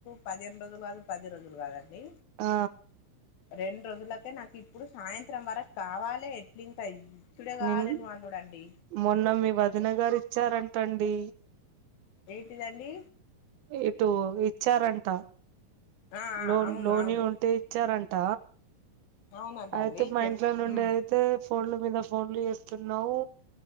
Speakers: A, on the left; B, on the right.
A: పదిహేను రోజులు కాదు పది రోజులు కాదండి
B: ఆ
A: రెండు రోజులకే నాకు ఇప్పుడు సాయంత్రం వరకు కావాలి ఎట్లింట అయి <unintelligible> ఇడగాలన్న
B: నిన్
A: అందూడండి
B: మొన్న మీ వదిన గారు ఇచ్చారంటండి
A: ఏంటిదండి
B: ఇటు ఇచ్చారంట
A: ఆ ఆ
B: లోన్
A: అవును
B: లోని
A: అవును
B: ఉంటే ఇచ్చారంట
A: అవునట
B: అయితే
A: అండి
B: మా
A: చెప్
B: ఇంట్లో నుండి
A: ఉమ్
B: అయితే ఫోన్ల మీద ఫోన్లు చేస్తున్నావు